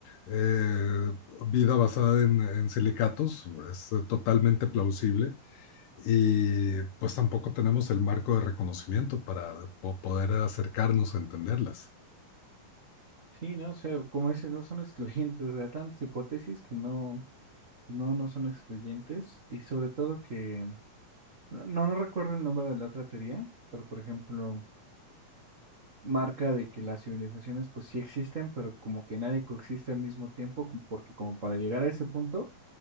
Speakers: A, on the left; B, on the right.
A: eh, vida basada en, en silicatos es eh, totalmente plausible y pues tampoco tenemos el marco de reconocimiento para po- poder acercarnos a entenderlas.
B: Sí, ¿no? O sea, como dices, no son excluyentes, o sea, tantas hipótesis que no, no, no son excluyentes y sobre todo que No recuerdo el nombre de la otra teoría, pero por ejemplo, marca de que las civilizaciones pues sí existen, pero como que nadie coexiste al mismo tiempo, cu- porque como para llegar a ese punto